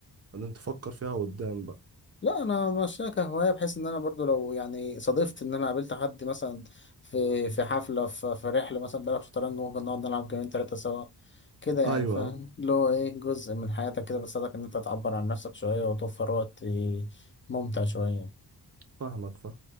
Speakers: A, on the right; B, on the left.
A: بعدين تفكر فيها قدام بقى
B: لا انا ماشيها كهوايه بحيث ان انا برضو لو يعني صادفت ان انا قابلت حد مثلا في في حفله في, في رحله مثلا بلعب شطرنج ممكن نقعد نلعب جيمين ثلاثه سوا كده يعني
A: ايوه
B: فاهم اللي هو ايه جزء من حياتك كده بيساعدك ان انت تعبر عن نفسك شويه وتوفر وقت ممتع شويه
A: فاهمك فاهم